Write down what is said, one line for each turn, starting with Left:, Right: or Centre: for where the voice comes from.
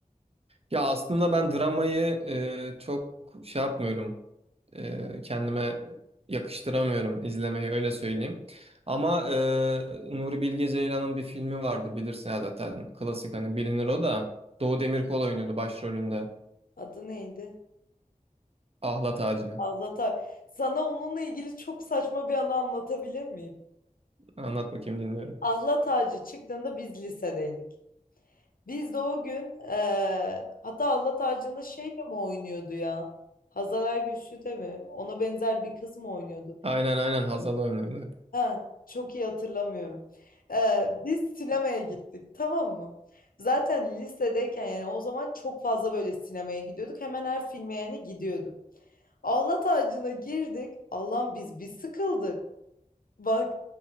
Right: Ya aslında ben dramayı e, çok şey yapmıyorum. e, kendime yakıştıramıyorum izlemeyi öyle söyleyeyim. Ama e, Nuri Bilge Ceylan'ın bir filmi vardı bilirsin ya zaten klasik hani bilinir o da Doğu Demirkol oynuyordu başrolünde.
Left: Adı neydi?
Right: Ahlat Ağacı.
Left: Ahlat Ağacı. Sana onunla ilgili çok saçma bir anı anlatabilir miyim?
Right: Anlat bakayım dinliyorum.
Left: Ahlat Ağacı çıktığında biz lisedeydik. Biz de o gün eee, hatta Allah tacında şey de mi oynuyordu ya? Hazal Ergüçlü de mi? Ona benzer bir kız mı oynuyordu?
Right: Aynen aynen Hazal oynuyordu.
Left: Ha, çok iyi hatırlamıyorum. Eee, biz sinemaya gittik tamam mı? Zaten lisedeyken yani o zaman çok fazla böyle sinemaya gidiyorduk. Hemen her filme yani gidiyorduk. Allah tacına girdik. Allah'ım biz bir sıkıldık. Bak